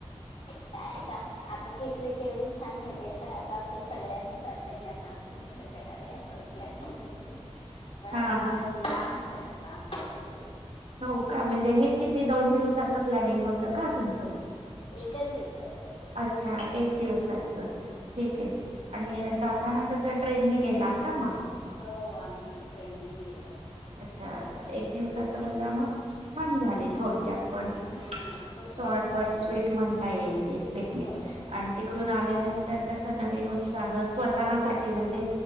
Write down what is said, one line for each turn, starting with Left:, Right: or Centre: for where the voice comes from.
Left: काय आता, आता ती ट्रीप एवढी छान झालीय तर आता असं सगळ्यांनाच वाटतय की आता अजून एकदा करा रे असच प्लॅन कुठेत री पण आता
Right: हा
Left: म्हणतायत
Right: हा.
Left: लांब करा लाम कुटे तरी
Right: हो का म्हणजे हे किती दोन दिवसाचं प्लॅनिंग होतं का तुमचं?
Left: एकच दिवसाचं होतं
Right: अच्छा एक दिवसाच ठीक आहे आणि जाताना कसं ट्रेनी गेलात का मग?
Left: हो आमी ट्रेनीच गेलो
Right: अच्छा अच्छा एक दिवसाच म्हणल्याव मग छान झाली थोडक्यात पण
Left: हम्म, थोडक्यात
Right: शॉर्ट बट स्वीट
Left: बस
Right: म्हणता येईल ति पिकनिक
Left: हो
Right: आणि तिकडून आल्यानंतर तस नवीन उत्साह स्वतः साठी म्हणजे